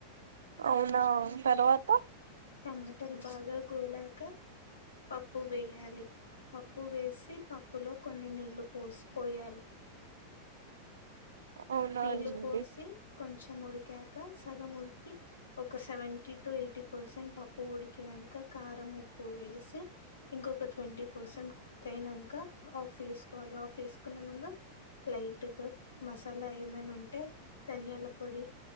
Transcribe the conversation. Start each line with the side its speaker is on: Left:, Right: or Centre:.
Right: అవునా తర్వాత
Left: టమాటాలు బాగా గోలాక పప్పు వేయాలి పప్పు వేసి పప్పులో కొన్ని నీళ్లు పోస్ పోయాలి
Right: అవునా
Left: నీళ్ళు
Right: అండి
Left: పోసి కొంచెం ఉడికాక సగం ఉడికి ఒక సెవెంటీ టు ఎయిటీ పర్సెంట్ పప్పు ఉడికినాక కారం ఉప్పు వేసి ఇంకొక ట్వంటీ పర్సెంట్ కుక్ అయినాక ఆఫ్ వేసుకోవాలి ఆఫ్ వేసుకునే ముందు లైట్గా మసాలా లా ఏమైనా ఉంటే ధనియాల పొడి